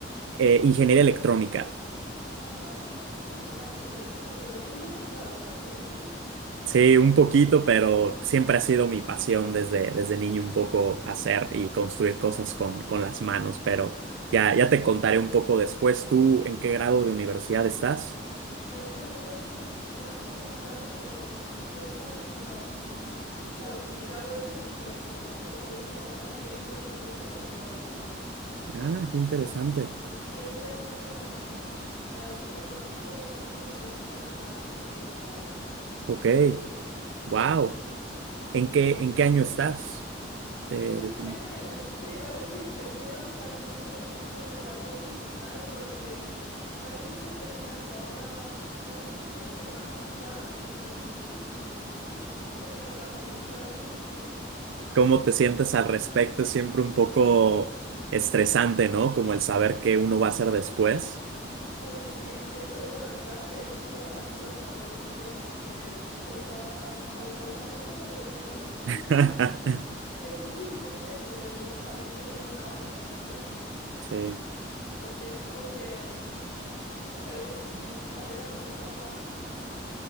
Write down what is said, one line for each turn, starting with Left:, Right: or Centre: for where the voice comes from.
Right: Eh, ingeniería electrónica.
Left: Ah, vale, vale. Uy, suena muy interesante, pero muy complicado también. <laughs>
Right: Sí, un poquito, pero siempre ha sido mi pasión desde, desde niño un poco hacer y construir cosas con, con las manos, pero ya,
Left: Ah,
Right: ya te contaré un poco después. ¿Tú en qué grado de universidad estás?
Left: eh, bueno, yo estoy estudiando un grado de empresa, bueno, mm, claro, mi grado es en inglés, entonces es como una dirección de empresas tecnológicas.
Right: Ah, qué interesante.
Left: Sí, sí, estoy haciendo también eh, junto con esto una especialización en marketing digital.
Right: Ok, wow.
Left: Sí, sí. sí.
Right: ¿En qué, en qué año estás de,
Left: Pues justamente
Right: de tu...
Left: em, te iba a decir, te entiendo totalmente lo que dices de la tesis final porque también estoy terminando ahora las últimas semanas ya y, y sí, y termino la universidad <laughs> por fin.
Right: ¿Cómo te sientes al respecto? Es siempre un poco estresante, ¿no? Como el saber qué uno va a hacer después.
Left: Uy, sí, estoy la verdad que un poco ansiosa por este tema, que me está cau- causando un poco de miedo estos
Right: <laughs>
Left: últimos, estos últimos meses, el no saber qué viene ahora, ¿sabes?
Right: Sí.
Left: Porque es como que, mm, o sea, es- mi carrera son cuatro años,